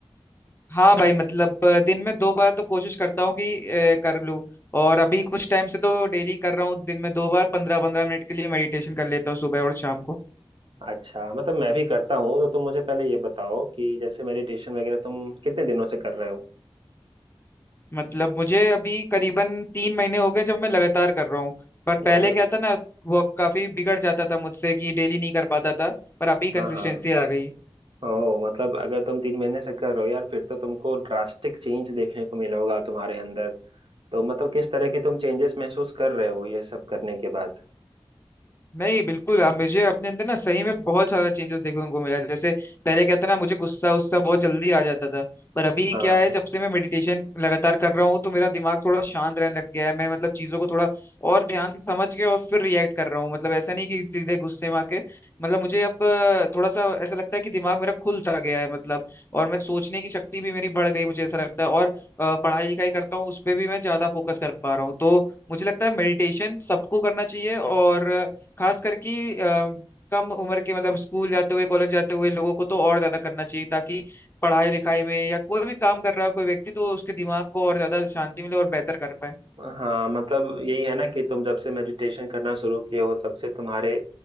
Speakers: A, on the left (about 25°); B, on the right (about 65°).
A: हाँ भाई मतलब अ, दिन में दो बार तो कोशिश करता हूँ कि अ, कर लूँ और अभी कुछ टाइम से तो डेली कर रहा हूँ दिन में दो बार पंद्रह पंद्रह मिनट के लिए मेडिटेशन कर लेता हूँ सुबह और शाम को
B: अच्छा मतलब मैं भी करता हूँ तो तुम मुझे पहले ये बताओ कि जैसे मेडिटेशन वगैरह तुम कितने दिनों से कर रहे हो
A: मतलब मुझे अभी करीबन तीन महीने हो गए जब मैं लगातार कर रहा हूँ पर
B: यार
A: पहले क्या था ना वो काफी बिगड़ जाता था मुझसे कि डेली नहीं कर पाता था पर अभी कंसिस्टेंसी
B: हाँ हाँ
A: आ गई
B: ओ मतलब अगर तुम तीन महीने से कर रहे हो यार फिर तो तुमको ड्रास्टिक चेंज देखने को मिला होगा तुम्हारे अंदर तो मतलब किस तरह की तुम चेंजेस महसूस कर रहे हो ये सब करने के बाद
A: नहीं बिल्कुल अब मुझे अपने अंदर ना सही में बहुत सारा चेंजेस देखने को मिला है। जैसे पहले क्या था ना मुझे गुस्सा उस्सा बहुत जल्दी आ जाता था पर अभी
B: हाँ
A: क्या है जब से मैं मेडिटेशन लगातार कर रहा हूँ तो मेरा दिमाग थोड़ा शांत रहने लग गया है मैं मतलब चीजों को थोड़ा और ध्यान से समझ के और फिर रिएक्ट कर रहा हूँ मतलब ऐसा नहीं कि सीधे गुस्से में आके मतलब मुझे अब अ, थोड़ा सा ऐसा लगता है कि दिमाग मेरा खुल सा गया है मतलब और मैं सोचने की शक्ति भी मेरी बढ़ गई मुझे ऐसा लगता है और अ, पढ़ाई लिखाई करता हूँ उस पर भी मैं ज्यादा फोकस कर पा रहा हूँ तो मुझे लगता है मेडिटेशन सबको करना चाहिए और खास करके अ, कम उम्र के मतलब स्कूल जाते हुए कॉलेज जाते हुए लोगों को तो और ज्यादा करना चाहिए ताकि पढ़ाई लिखाई में या कोई भी काम कर रहा है कोई व्यक्ति तो उसके दिमाग को और ज्यादा शांति मिले और बेहतर कर पाए
B: हाँ मतलब यही है ना कि तुम जब से मेडिटेशन करना शुरू किए हो तब से तुम्हारे